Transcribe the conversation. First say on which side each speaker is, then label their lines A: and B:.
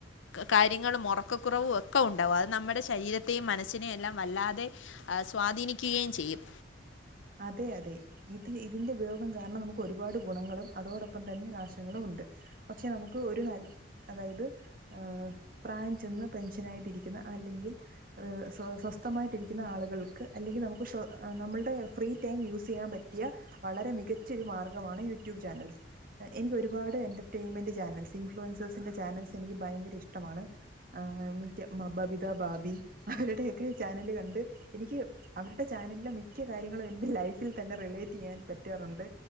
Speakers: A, on the left; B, on the right.
A: കാര്യങ്ങളും ഉറക്കക്കുറവും ഒക്കെ ഉണ്ടാവും അത് നമ്മുടെ ശരീരത്തെയും മനസ്സിനെയ എല്ലാം വല്ലാതെ സ്വാധീനിക്കുകയും ചെയ്യും
B: അതെ അതെ ഇത് ഇതിന്റെ ഉപയോഗം കാരണം നമുക്ക് ഒരുപാട് ഗുണങ്ങളും അതോടൊപ്പം തന്നെ നാശങ്ങളും ഉണ്ട് പക്ഷെ നമുക്ക് ഒരു ന അതായത് ഏ പ്രായം ചെന്ന് പെൻഷൻ ആായിട്ടിരിക്കുന്ന അല്ലെങ്കിൽ സ്വ സ്വസ്ഥമായിട്ടിരിക്കുന്ന ആളുകൾക്ക് അല്ലെങ്കിൽ നമുക്ക് നമ്മളുടെ ഫ്രീ ടൈം യൂസ് ചെയ്യാൻ പറ്റിയ വളരെ മികച്ചൊരു മാർഗ്ഗമാണ് യൂട്യൂബ് ചാനൽസ് എനിക്ക് ഒരുപാട് എൻ്റർടൈയിൻമെൻറ് ചാനൽസ് ഇൻഫ്ലുവൻസേഴ്സിൻ്റെ ചാനൽസ് എനിക്ക് ഭയങ്കര ഇഷ്ടമാണ് മിക്ക ബബിത ബാബി അവരുടെയൊക്കെ ചാനല് കണ്ട് എനിക്ക് അവരുടെ ചാനലിലെ മിക്ക കാര്യങ്ങൾ എന്റെ ലൈഫിൽ തന്നെ റിലേറ്റ് ചെയ്യാൻ പറ്റാറുണ്ട്